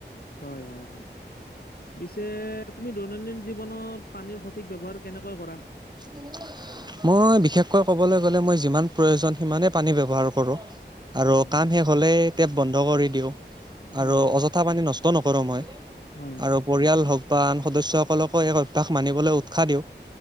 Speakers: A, on the left; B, on the right.
A: হয়, হয়, হয়, পিছে তুমি দৈনন্দিন জীৱনত পানীৰ স সঠিক ব্যৱহাৰ কেনেকৈ কৰা?
B: <unintelligible> মই বিশেষকৈ ক'বলৈ গ'লে, মই যিমান প্ৰয়োজন সিমানেই পানী ব্যৱহাৰ কৰোঁ। আৰু
A: উম,
B: কাম শেষ হ'লে টেপ বন্ধ কৰি দিওঁ
A: হয়,
B: আৰু
A: হয়,
B: অযথা পানী নষ্ট নকৰোঁ মই। আৰু
A: হয়,
B: পৰিয়াল হওঁক বা আন সদস্যসকলকো এই অভ্যাস মানিবলৈ উৎসাহ দিওঁ।